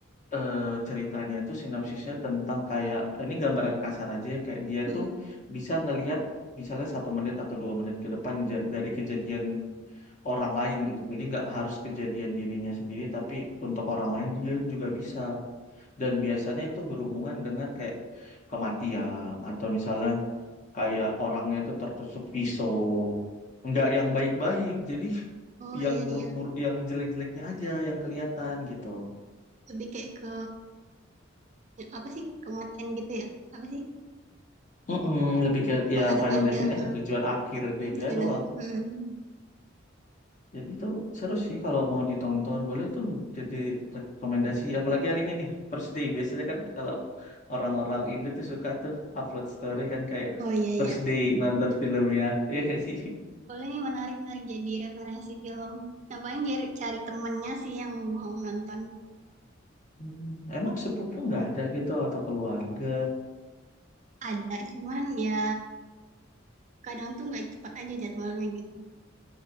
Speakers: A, on the left; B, on the right.
A: eh, ceritanya itu sinopsisnya tentang kayak ini gambaran kasar aja ya, kayak dia
B: Mm-mm.
A: tuh bisa ngelihat misalnya satu menit atau dua menit ke depan ja- dari kejadian orang lain gitu. Jadi nggak harus kejadian dirinya sendiri, tapi untuk orang lain dia juga bisa. Dan biasanya itu berhubungan dengan kayak kematian atau misalnya kayak orangnya itu tertusuk pisau nggak yang baik-baik jadi
B: Oh
A: yang
B: iya
A: buruk-buruk
B: iya.
A: yang jelek-jeleknya aja yang kelihatan gitu
B: Lebih kayak ke apa sih? Kematian gitu ya? Apa sih?
A: Mm-mm, lebih ke
B: Masa
A: ya
B: depan
A: Final Destination
B: dia, heeh,
A: tujuan akhir dia
B: Jun
A: doang
B: Ahyun. Hmm.
A: jadi itu seru sih kalau mau ditonton boleh tuh jadi rekomendasi apalagi hari ini nih First Day biasanya kan kalau orang-orang Indo tuh suka tuh upload story kan kayak
B: Oh iya iya.
A: First Day nonton filmnya <laughs> ya gak sih
B: Boleh nih menarik menarik jadi referensi film. Nah paling cari, cari temennya sih yang mau nonton
A: Hmm, emang sepupu nggak ada gitu atau keluarga
B: ada. Cuman ya kadang tuh nggak cepat aja jadwalnya gitu.